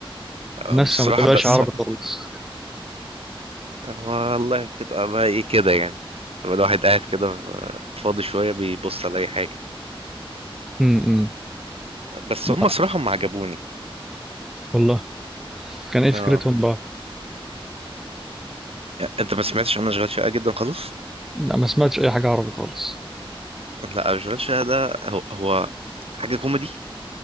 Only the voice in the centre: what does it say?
الناس
ما بتابعش
عربي خالص
امم
لا
والله كان ايه فكرتهم
بقى؟
لا ما سمعتش اي حاجة عربي خالص